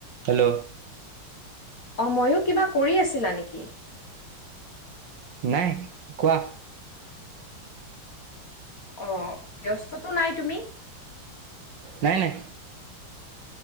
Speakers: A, on the right (about 60°); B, on the left (about 40°).
A: Hello.
B: অঁ ময়ো কিবা কৰি আছিলা নেকি।
A: নাই, কোৱা।
B: অ ব্যস্ততো নাই তুমি।
A: নাই নাই।